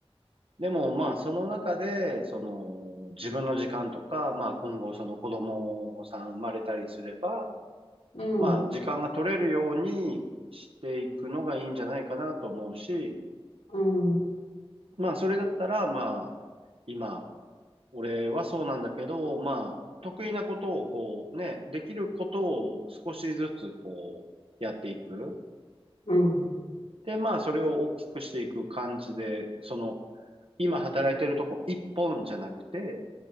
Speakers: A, on the right; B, on the left.
A: でも、まあ、その中で、その、自分の時間とか、まあ、今後、その子供さん生まれたりすれば、
B: うん、
A: まあ、時間が取れるようにしていくのがいいんじゃないかなと思うし、
B: うん、
A: まあ、それだったら、まあ、今、俺はそうなんだけど、まあ、得意なことをこうね、できることを少しずつこうやっていく。
B: うん、
A: で、まあ、それを大きくしていく感じで、その、今働いてるとこ一本じゃなくて、